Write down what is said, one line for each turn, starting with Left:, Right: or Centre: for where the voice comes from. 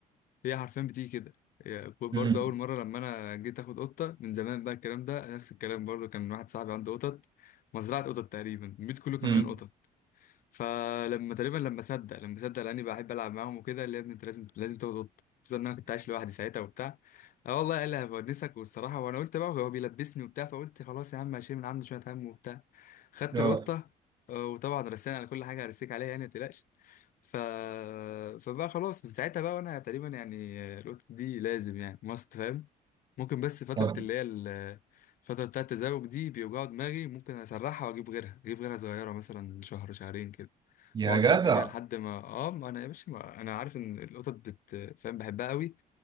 Left: هي حرفيا بتيجي كده يعني برضه
Right: أمم،
Left: اول مره لما انا جيت اخد قطه من زمان بقى الكلام ده نفس الكلام برضه كان واحد صاحبي عنده قطط مزرعه قطط تقريبا البيت كله كان
Right: أمم.
Left: مليان قطط فلما تقريبا لما صدق لما صدق لاني بحب العب معاهم وكده قال لي يا ابني انت لازم لازم تاخد قطه خصوصا ان انا كنت عايش لوحدي ساعتها وبتاع اه والله قال لي هبونسك والصراحه وانا قلت بقى هو بيلبسني وبتاع فقلت خلاص يا عم هشيل من عنده شويه هم وبتاع خدت
Right: آه،
Left: القطه آه، وطبعا رسينا على كل حاجه هرسيك عليها يعني متقلقش ف... فبقى خلاص من ساعتها بقى وانا تقريبا يعني القطط دي لازم يعني ماست فاهم ممكن بس فترة
Right: طب
Left: اللي هي ال- الفترة بتاعة التزاوج دي بيوجعوا دماغي ممكن اسرحها واجيب غيرها اجيب غيرها صغيرة مثلا شهر شهرين كده
Right: يا
Left: واقعد
Right: جدع
Left: اربي فيها لحد ما اه ما انا يا باشا ما... انا عارف ان القطط بت... فاهم بحبها قوي